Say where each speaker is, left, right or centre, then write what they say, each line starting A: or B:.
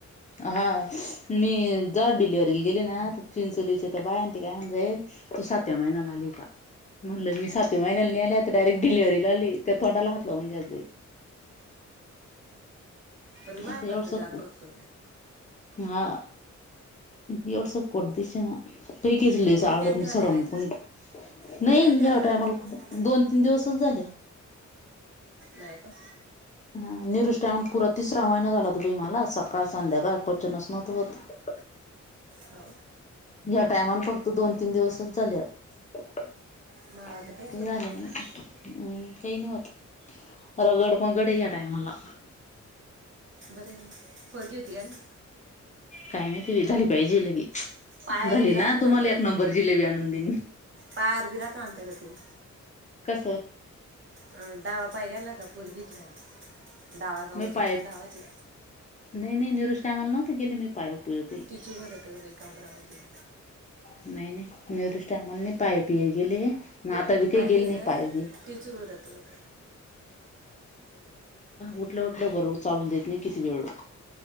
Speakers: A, on the left (about 25°); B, on the right (about 40°).
A: हा मी जवा डिलेवरीला गेली ना, तर चिंचोलीच्या त्या बाय ते काय म्हणतय. तू सातव्या महिन्याला आली का? म्हणल मी सातव्या महिन्याला नई आली आता डायरेक्ट डिलेवररीला आली. त्या तोंडाला हात लावून घ्या जाई.
B: पण माय
A: आता एवढं
B: भरत
A: सग
B: जादा होतं
A: हा. एवढसं पोट दिसेना लई केस लई
B: म
A: सडम
B: उलट्या न ते होतय
A: सडम
B: काय?
A: कुणी
B: उलट्या
A: नाही
B: न ते
A: ह्या
B: होते का?
A: टायमाला दोन तीन दिवसच झाले
B: नाहीय का?
A: हा निरुष टायमाला पुरा तिसरा महिना झाला हो ता बाई माला, सकाळ संध्याकाळ पचनस नव्हतं व्हत.
B: हो
A: या टायमाला फक्त दोन तीन दिवसच झाले. काही
B: मला तर काहीच होत
A: झाले
B: बाय
A: नाही. अम! ह्यनी होतं. रगड-मगड या टायमाला
B: बरं येना पोरगी होती काय ना
A: काय माहिती बाई झाली पाहिजे लगेच
B: पायावर
A: झाली
B: बी राहत
A: ना
B: म्हणत्यात.
A: तुम्हाला एक नंबर जिलेबी आणून देईन
B: पायावर बी राहतं म्हणते क ते.
A: कसं
B: अ डावा पाय गेला का पोरगी चं व्हेन दे. डावा का
A: मी
B: उजवा?
A: पाय
B: डावाची
A: नाही नाही निरूष टायमाला नव्हते गेले मी, पायो पियो.
B: टिचू भरत का बाई कांबरामध्ये
A: नाही-नाही. निरुष त्या म्हानी पाय पीय गेले नि आता बि काय
B: पाय
A: गेली
B: नाही
A: नि
B: जर
A: पाय-बी
B: टिचू भरत
A: उठल्या उठल्या बरोबर चालू देत नाही किती वेळ लोक